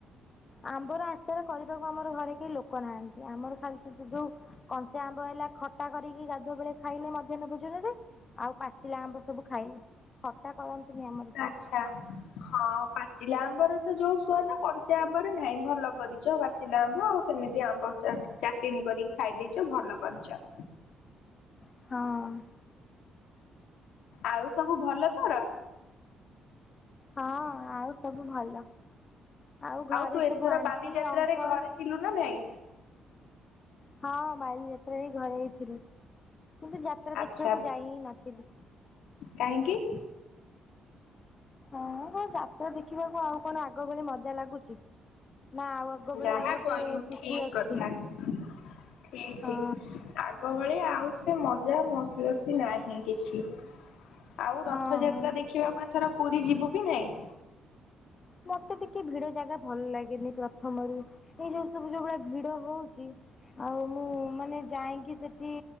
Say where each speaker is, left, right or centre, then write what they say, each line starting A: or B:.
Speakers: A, on the left (about 35°); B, on the left (about 80°).
A: ଆମ୍ବର ଆଚାର କରିବାକୁ ଆମର ଘରେ କେହି ଲୋକ ନାହାନ୍ତି ଆମର ଖାଲି ଯୋଉ କଞ୍ଚା ଆମ୍ବ ହେଲା ଖଟା କରିକି ଗାଧୁଆ ବେଳେ ଖାଇଲେ ମଧ୍ୟାହ୍ନ ଭୋଜନ ରେ ଆଉ ପାଚିଲା ଆମ୍ବ ସବୁ ଖାଇଲେ ଖଟା କରନ୍ତିନି ଆମର କେଇ।
B: ଆଚ୍ଛା। ହଁ ପାଚିଲା ଆମ୍ବର ତ ଯୋଉ ଶୁଆଦ କ ଞ୍ଚା ଆମ୍ବରେ ନାଇଁ ଭଲ କରିଛ ପାଚିଲା ଆମ୍ବ ଆଉ ସେମିତି ଆମ୍ବ ଚାଟଣୀ କରି ଖାଇ ଦେଇେଛ ଭଲ କରିଛ।
A: ହଁ।
B: ଆଉ ସବୁ ଭଲ ତର?
A: ହଁ ଆଉ ସବୁ ଭଲ ଆଉ ଘରେ
B: ତୁ ଏଥର
A: ସବୁ ଆଣ୍ଟି
B: ବାଲିଯାତ୍ରାରେ
A: ଅଙ୍କଲ
B: ଘରେ ଥିଲୁ ନା ନାଇଁ
A: ହଁ ବାଲିଯାତ୍ରା ରେ ଘରେ ହ ଥିଲି। କିନ୍ତୁ ଯାତ୍ରା ଦେଖିବାକୁ
B: ଆଚ୍ଛା
A: ଯାଇ ହି ନଥିଲି।
B: କାହିଁକି?
A: ହଁ ଯାତ୍ରା ଦେଖିବାକୁ ଆଉ କଣ ଆଗ ଭଳି ମଜା ଲାଗୁଛି। ନା ଆଉ ଆଗ ଭଳି
B: ଯାହା
A: ଆଉ ଗୋଟେ
B: କହିଲୁ
A: ଖୁସି
B: ଠିକ
A: ଅଛି।
B: <inaudible> ଠିକ
A: ହଁ
B: ଠିକ ଆଗ ଭଳିଆ ଆଉ ସେ ମଜା ମସି ବସି ନାହିଁ କିଛି।
A: <unintelligible>
B: ଆଉ ରଥଯାତ୍ରା
A: ହଁ
B: ଦେଖିବାକୁ ଏଥର ପୁରୀ ଯିବୁ କି ନାଇଁ?
A: ମତେ ଟିକେ ଭିଡ ଜାଗା ଭଲ ଲାଗେନି ପ୍ରଥମରୁ ଏଇ ଯୋଉ ସବୁ ଯୋଉ ଭଳିଆ ଭିଡ ହଉଛି। ଆଉ ମୁଁ ମାନେ ଯାଇକି ସେଠି